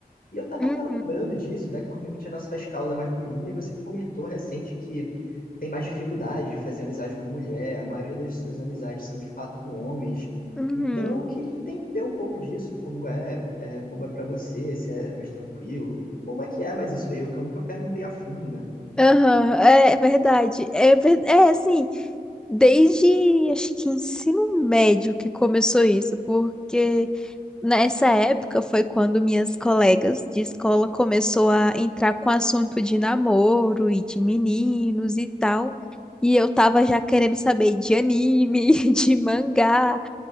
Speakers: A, on the left; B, in the centre.
A: E eu estava
B: hum,
A: até lembrando disso, né? Que normalmente as nossas causas é mais com menina, e você comentou recente que tem mais dificuldade de fazer amizade com mulher, a maioria das suas amizades são de fato com homens.
B: uhum.
A: Então, eu queria entender um pouco disso, como é, é, como é para você, se é mais tranquilo, como é que é mais isso aí, eu que eu nunca perguntei a fundo, né?
B: Aham, é verdade. É, ver- é assim, desde acho que ensino médio que começou isso, porque nessa época foi quando minhas colegas de escola começou a entrar com assunto de namoro e de meninos e tal. E eu tava já querendo saber de anime, <laughs> de mangá.